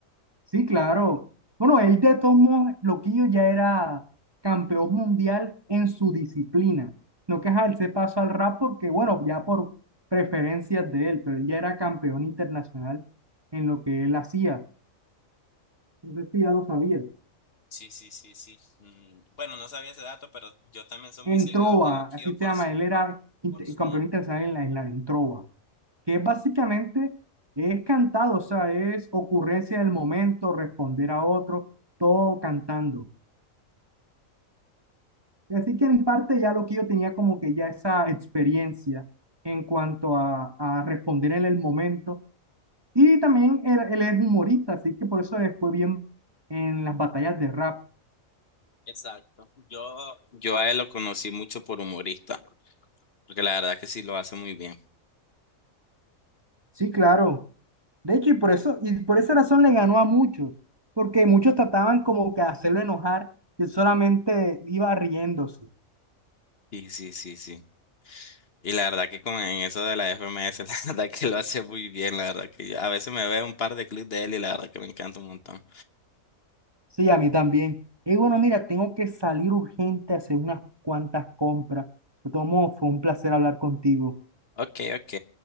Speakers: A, on the right; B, on the left.
A: sí, claro. Bueno, él de todos modos, Loquillo ya era campeón mundial en su disciplina. No que ajá, él se pasó al rap porque, bueno, ya por preferencias de él, pero él ya era campeón internacional en lo que él hacía. Entonces sí, ya lo sabía.
B: Sí, sí, sí, sí. Mm, bueno, no sabía ese dato, pero yo también soy
A: en
B: muy seguidor
A: Trova,
B: de Loquillo
A: así se
B: por
A: llama,
B: su,
A: él era inter-
B: por su
A: campeón
B: humor.
A: internacional en la isla, en Trova, que básicamente es cantado, o sea, es ocurrencia del momento, responder a otro, todo cantando. Así que en parte ya lo que yo tenía como que ya esa experiencia en cuanto a, a responder en el momento. Y también él, él es humorista, así que por eso le fue bien en las batallas de rap.
B: Exacto. Yo, yo a él lo conocí mucho por humorista, porque la verdad que sí lo hace muy bien.
A: Sí, claro. De hecho, y por eso, y por esa razón le ganó a muchos, porque muchos trataban como que hacerlo enojar y él solamente iba riéndose.
B: Sí, sí, sí, sí. Y la verdad que con en eso de la FMS, <laughs> la verdad que lo hace muy bien, la verdad que yo- a veces me veo un par de clips de él y la verdad que me encanta un montón.
A: Sí, a mí también. Y bueno, mira, tengo que salir urgente a hacer unas cuantas compras. De todos modos, fue un placer hablar contigo.
B: Ok, ok,